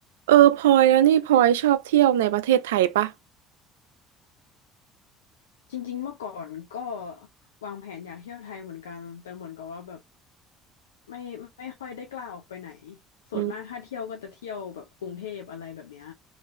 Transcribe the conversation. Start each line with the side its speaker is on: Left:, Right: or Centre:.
Right: เออพลอยแล้วนี่พลอยชอบเที่ยวในประเทศไทยปะ
Left: จริงๆเมื่อก่อนก็วางแผนอยากเที่ยวไทยเหมือนกัน แต่เหมือนกับว่าแบบไม่ไม่ค่อยได้กล้าออกไปไหนส่วนมากถ้าเที่ยวก็จะเที่ยวแบบกรุงเทพอะไรแบบเนี้ย
Right: อืม